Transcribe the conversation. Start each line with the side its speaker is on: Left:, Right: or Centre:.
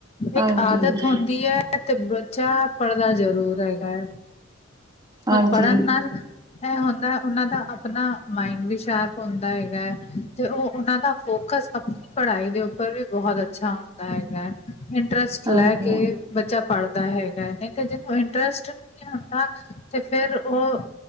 Right: ਹਾਂਜੀ
Left: ਇੱਕ ਆਦਤ ਹੁੰਦੀ ਹੈ। ਤੇ ਬੱਚਾ ਪੜ੍ਹਦਾ ਜ਼ਰੂਰ ਹੈਗਾ ਹੈ
Right: ਹਾਂਜੀ
Left: ਰ ਪੜ੍ਹਨ ਨਾਲ ਇਹ ਹੁੰਦਾ ਉਹਨਾਂ ਦਾ ਆਪਣਾ ਮਾਇੰਡ ਵੀ ਸ਼ਾਰਪ ਹੁੰਦਾ ਹੈਗਾ ਹੈ ਤੇ ਉਹ ਉਹਨਾਂ ਦਾ ਫੋਕਸ ਪੜ੍ਹਾਈ ਦੇ ਉੱਪਰ ਵੀ ਬਹੁਤ ਅੱਛਾ ਹੁੰਦਾ ਹੈਗਾ ਹੈ ਇੰਟਰਸਟ
Right: ਹਾਂਜੀ
Left: ਲੈ ਕੇ ਬੱਚਾ ਪੜ੍ਹਦਾ ਹੈਗਾ ਨਹੀਂ ਤੇ ਜਿਹਨੂੰ ਇੰਟਰਸਟ ਨਹੀਂ ਹੁੰਦਾ ਤੇ ਫਿਰ ਉਹ